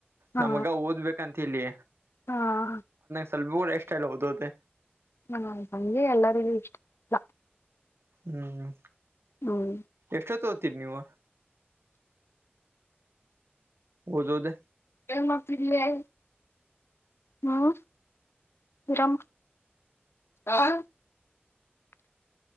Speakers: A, on the left (about 90°); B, on the right (about 85°).
A: ಹಾ
B: ನಮ್ ಮಗ ಓದ್ಬೇಕಂತ ಹೇಳಿ
A: ಹಾ
B: ಸ್ವಲ್ಪ ಕೂಡ ಇಷ್ಟ ಇಲ್ಲ ಓದೋದೆ
A: ಹಾ ಹಂಗೆ ಎಲ್ಲರಿಗೂ ಇಷ್ಟ ಇಲ್ಲ
B: ಹ್ಮ್
A: ಹ್ಮ್
B: ಎಷ್ಟೊತ್ತೋತೀರಿ ನೀವು ಓದೋದೇ
A: <inaudible> <unintelligible>